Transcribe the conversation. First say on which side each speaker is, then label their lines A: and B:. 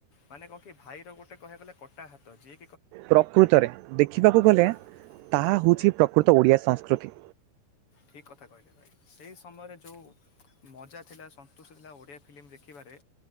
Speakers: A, on the left; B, on the right.
A: ମାନେ କହ କି ଭାଇର ଗୋଟେ କହିବାକୁ ଗଲେ କଟା ହାତ ଯିଏ
B: ପ୍ରକୃତରେ ଦେଖିବାକୁ ଗଲେ
A: ମାନେ
B: ତାହା
A: ହଁ
B: ହେଉଛି ପ୍ରକୃତ ଓଡ଼ିଆ ସଂସ୍କୃତି।
A: ଠିକ୍ କଥା କହିଲେ ଭାଇ ସେହି ସମୟରେ ଯେଉଁ ମଜା ଥିଲା ସନ୍ତୁଷ୍ଟ ଥିଲା ଓଡ଼ିଆ ଫିଲ୍ମ ଦେଖିବାରେ